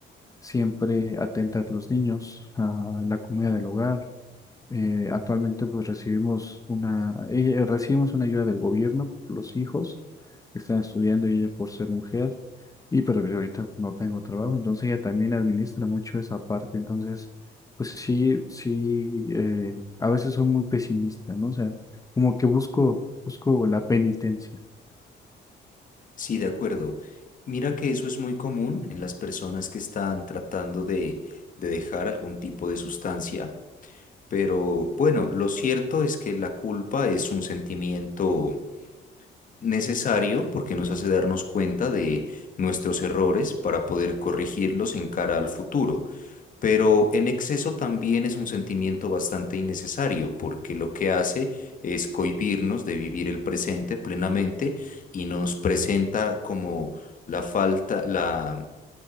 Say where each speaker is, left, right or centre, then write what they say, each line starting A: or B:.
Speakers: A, on the left; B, on the left.
A: siempre atentas los niños, a la comida del hogar. Eh, actualmente pues recibimos una, ella- recibimos una ayuda del gobierno, por los hijos que están estudiando y ella por ser mujer, y pero yo ahorita pues, no tengo trabajo, entonces ella también administra mucho esa parte, entonces pues sí, sí, eh, a veces soy muy pesimista, ¿no? O sea, como que busco, busco la penitencia.
B: Sí, de acuerdo. Mira que eso es muy común en las personas que están tratando de, de dejar algún tipo de sustancia, pero bueno, lo cierto es que la culpa es un sentimiento necesario porque nos hace darnos cuenta de nuestros errores para poder corregirlos en cara al futuro. pero en exceso también es un sentimiento bastante innecesario, porque lo que hace es cohibirnos de vivir el presente plenamente y nos presenta como la falta, la